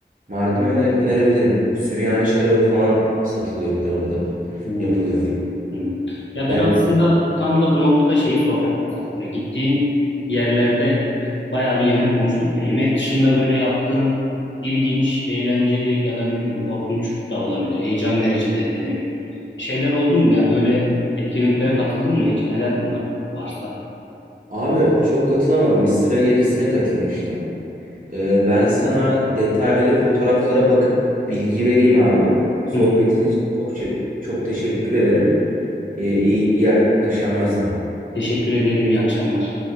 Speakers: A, on the right; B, on the left.
A: Mardin'i öne- önerebilirim. Süryani şarabı falan satılıyor bir de orada.
B: Hmm.
A: Yapılıyormuş.
B: Hı. Ya
A: Güzel
B: ben
A: bir
B: aslında
A: yer.
B: tam da bu noktada şeyi soracaktım sana. Böyle gittiğin yerlerde bayağı bir yemek konuştuk ya. Yemek dışında böyle yaptığın ilginç, eğlenceli ya da ne bileyim korkunç da olabilir. Heyecan verici de denebilir. Şeyler oldu mu? Yani böyle etkinliklere katıldın mı hiç? Neler bunlar varsa?
A: Abi çok katılamadım. Bir sıra gecesine katılmıştım. Ee, ben sana detaylı fotoğraflara bakıp bilgi vereyim abi. Sohbetin
B: Hı hı.
A: için çok, çok teşekkür ederim. Ee, iyi, iyi akşamlar sana.
B: Teşekkür ederim. İyi akşamlar.